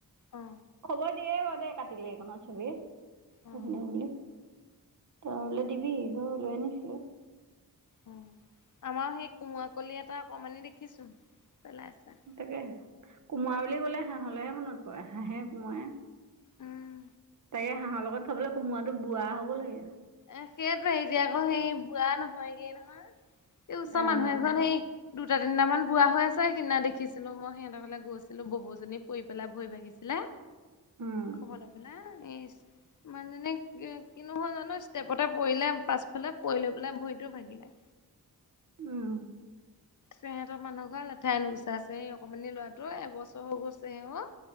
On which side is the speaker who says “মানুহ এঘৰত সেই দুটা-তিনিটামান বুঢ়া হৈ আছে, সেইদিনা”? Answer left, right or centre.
Left